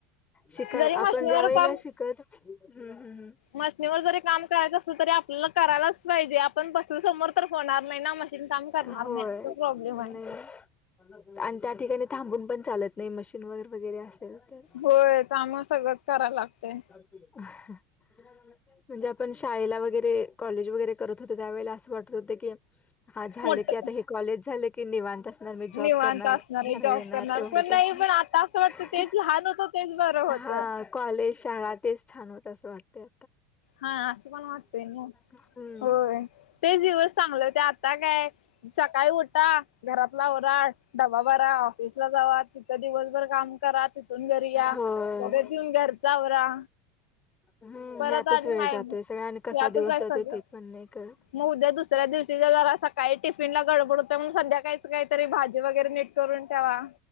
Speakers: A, on the left; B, on the left.
A: शिका
B: जरी मशनीवर
A: आपण ज्या वेळेला
B: काम
A: श हम्म हम् हम्.
B: मशनीवर जरी काम करायचं असेल तरी आपल्याला करायलाच पाहिजे. पण पसू समोर तर होणार नाही ना मशीन काम करणार
A: होय
B: नाही असं प्रॉब्लेम आहे.
A: नाही आणि त्या ठिकाणी थांबून पण चालत नाही मशीन वगैरे वगैरे असेल. तर
B: होय तम सगळंच कराव लागतंय.
A: म्हणे आपण शा वगर कॉ <unintelligible>
B: मोठ
A: कि निवांत असणार मी
B: निवांत
A: जॉब करणार
B: असणार आहे
A: घर
B: जॉब
A: येणार
B: करणार
A: एवढंच
B: पण नाही
A: असणार.
B: पण आता असं वाटतं तेच लहान होतं तेच बरं होत.
A: ह कॉलेज शाळा तेच छान होत असं वाटते.
B: हा अस असु पण वातेन
A: हम्म.
B: वय तेच दिवस चांगलं हुतं आता काय सकाळी उठा घरातला आवरा. डबा बरा, ऑफिसला जावा, तिथं दिवसभर काम करा. ून घरी या,,
A: होय
B: परत एउन घरच आवरा.
A: हम्म
B: परत
A: यातच
B: आणि
A: वेळ
B: काय
A: जातोय सगळ आणि कसा
B: यातच
A: दिवस
B: आहे
A: जातोय
B: सगळं.
A: ते पण नाही कळत.
B: मग उद्या दुसऱ्या दिवशीच्या जरा सकाळी टिफिनला गडबड होत मग संध्याकाळी काहीतरी भाजी वगैरे नीट करून ठेवा.